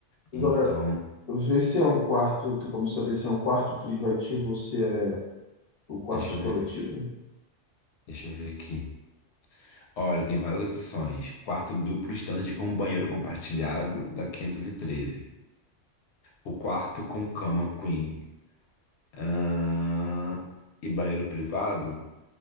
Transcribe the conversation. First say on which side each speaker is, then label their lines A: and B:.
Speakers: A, on the left; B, on the left.
A: Agora,
B: Então,
A: vê se é um quarto. Tem como saber se é um quarto privativo ou se é o quarto
B: deixa eu
A: coletivo?
B: ver, deixa eu ver aqui. Olha, tem várias opções. Quarto duplo standard com um banheiro compartilhado da 513. O quarto com cama queen. Ahn, e banheiro privado,